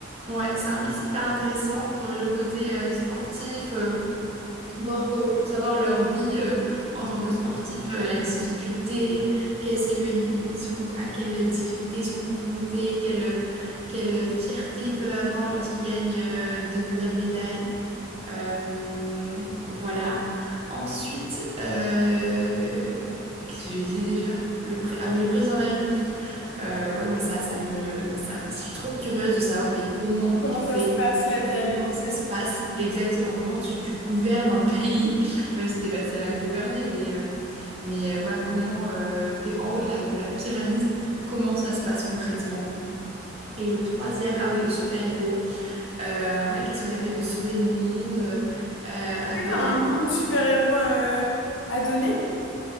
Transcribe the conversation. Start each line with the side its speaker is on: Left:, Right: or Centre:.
Right: Ouais, c'est un mix hyper intéressant. T'aurais le côté euh, sportif. euh, voir co- pour savoir leur vie euh, en tant que sportif, euh, la difficulté, qu'est-ce que ils, ils sont, à quelle difficulté ils sont confrontés, quelle, quelle fierté ils peuvent avoir lorsqu'ils gagnent euh, des nouvelles médailles. Euh, voilà. Ensuite, euh, qu'est-ce que j'ai dit déjà? Le pré- ah oui, le président de la République. Euh, ouais, moi ça, ça me, ça, je suis trop curieuse de savoir, mais comment
Left: Comment
Right: il fait?
Left: ça se passe la vie à
Right: Comment
Left: l'Élysée?
Right: ça
Left: Est-ce
Right: se passe exactement? Comment tu, tu gouvernes un pays, même si t'es pas seule à le gouverner, mais, euh, mais euh, voilà, comment tu t'es en haut de la, de la pyramide, comment ça se passe concrètement? Et le troisième, ah oui, le super-héros. Euh, ouais, qu'est-ce que ça fait de sauver le monde? Euh, à
Left: que
Right: Paris,
Left: t'as un
Right: à quoi?
Left: nom de super-héros euh, à donner?